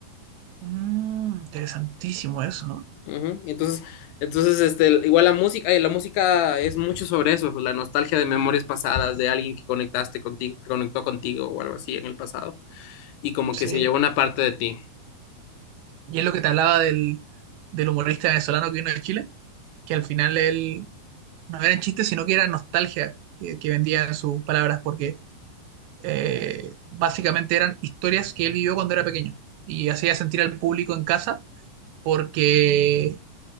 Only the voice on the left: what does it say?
Ujú, Entonces, entonces este, igual la música, eh, la música es mucho sobre eso, pues, la nostalgia de memorias pasadas, de alguien que conectaste contigo, que conectó contigo o algo así en el pasado, y como
que se llevó una parte de ti,